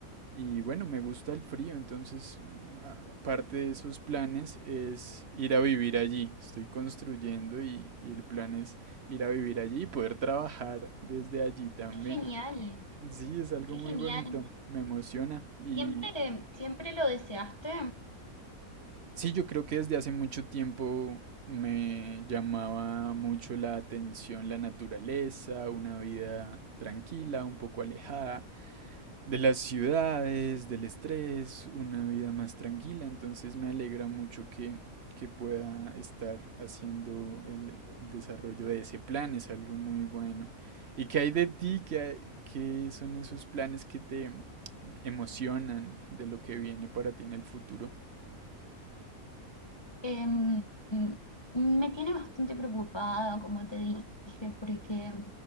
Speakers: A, on the right (about 55°); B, on the left (about 30°).
A: y bueno, me gusta el frío, entonces ah, parte de esos planes es ir a vivir allí. Estoy construyendo y, y el plan es ir a vivir allí y poder trabajar desde allí también.
B: Qué genial,
A: Sí, es algo
B: qué
A: muy
B: genial.
A: bonito, me emociona. Y
B: ¿Siempre, siempre lo deseaste?
A: sí, yo creo que desde hace mucho tiempo me llamaba mucho la atención la naturaleza, una vida tranquila, un poco alejada. de las ciudades, del estrés, una vida más tranquila. Entonces me alegra mucho que, que pueda estar haciendo el, el desarrollo de ese plan. Es algo muy bueno. ¿Y qué hay de ti? ¿Qué, hay- qué son esos planes que te emocionan de lo que viene para ti en el futuro?
B: Em, me tiene bastante preocupada, como te dije, porque